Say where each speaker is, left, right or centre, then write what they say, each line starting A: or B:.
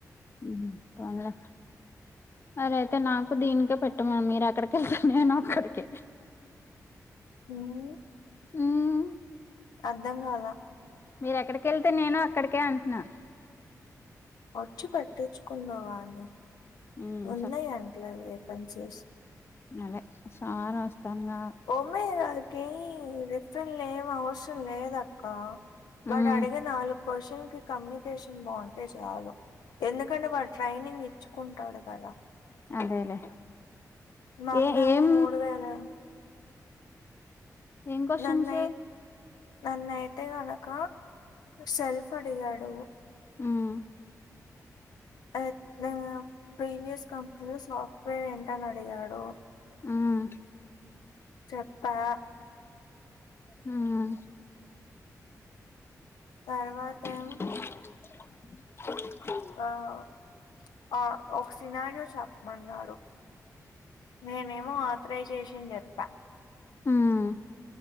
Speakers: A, on the left (about 35°); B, on the left (about 90°).
A: ఉహుహ్ కొన్లే అలా అయితే నాకు దీనికే పెట్టమన్ మీరు ఎక్కడికెళితే నేను అక్కడికే
B: ఉహ్
A: ఉహ్
B: అర్ధం గాలా
A: మీర ఎక్కడికి ఏళ్తే నేను అక్కడికే అట్నా
B: వచ్చి పెట్టించుకున్నావాను
A: ఉమ్
B: ఉన్నాయి అంట్లో వేకెన్సీస్
A: నాదే సోవారం వస్తానంగా
B: ఓమి రాఖీ రెఫెరల్ ఏం అవసరం లేదక్క. వాడు
A: ఉమ్
B: అడిగే నాలుగు క్వశ్చన్కి కమ్యూనికేషన్ బావుంటే చాలు ఎందుకంటే వాడు ట్రైనింగ్ ఇచ్చుకుంటాడు కదా
A: అదేలే
B: నన్నేమో
A: ఏ ఏం
B: మూడు వేలే
A: ఏం క్వశ్చన్స్
B: నాన్నయ్ ననైతే గానక సెల్ఫ్ అడిగాడు.
A: ఉహ్
B: అయితే ప్రీవియస్ కంపెనీలో సాఫ్ట్వేర్ ఏంటని అడిగాడు.
A: ఉహ్
B: చెప్పా
A: ఉహుహ్
B: తర్వాతే
A: <inaudible>
B: ఆ ఓ ఆ ఒక్క సినారియో చెప్పమన్నాడు. నేనేమో అత్రాయ్ జేషన్ జేప్పా
A: ఉహుహ్